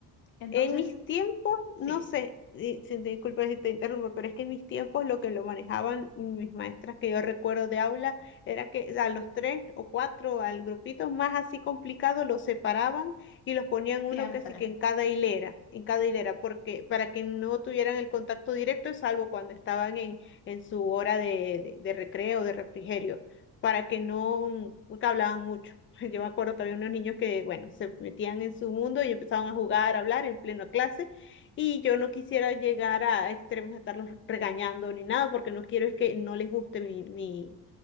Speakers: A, on the left (about 60°); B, on the left (about 30°).
A: Entonces,
B: En mis tiempos,
A: sí,
B: no sé, di- si- disculpa si te interrumpo, pero es que en mis tiempos lo que lo manejaban mis maestras que yo recuerdo de aula era que a los tres o cuatro, al grupito más así complicado, los separaban y los ponían uno
A: siempre.
B: que sí que en cada hilera, en cada hilera, porque para que no tuvieran el contacto directo, salvo cuando estaban en, en su hora de, de, de recreo, de refrigerio, para que no, porque hablaban mucho. <laughs> Yo me acuerdo que había unos niños que, bueno, se metían en su mundo y empezaban a jugar, a hablar en plena clase. Y yo no quisiera llegar a extremos de estarlos regañando ni nada, porque no quiero es que no les guste mi, mi,